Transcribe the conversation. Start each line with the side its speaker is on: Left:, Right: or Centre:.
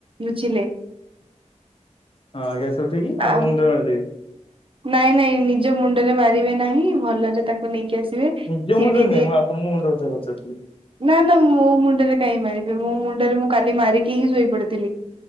Right: ବୁଝିଲେ।
Left: ହଁ ଗ୍ୟାସ ଉଠିକି ଆପଣଙ୍କୁ
Right: ଆଉ
Left: ମୁଁ ମାରିଦେବି।
Right: ନାଇଁ ନାଇଁ ନିଜ ମୁଣ୍ଡରେ ମାରିବେନି। ନାହିଁ ଭଲରେ ତାକୁ ନେଇକି ଆସିବେ ଶିଡିରେ
Left: ନିଜ ମୁଣ୍ଡରେ ନାହିଁ ମୁଁ ଆପଣଙ୍କ ମୁଣ୍ଡ କଥା ପଚାରୁଥିଲି
Right: ନା ନା ମୋ ମୁଣ୍ଡରେ କାଇହିଁ ମାରିବି ମୋ ମୁଣ୍ଡରେ ମୁଁ କାଲି ମାରିକି ହ୍ନି ଶୋଇପଡ଼ିଥିଲି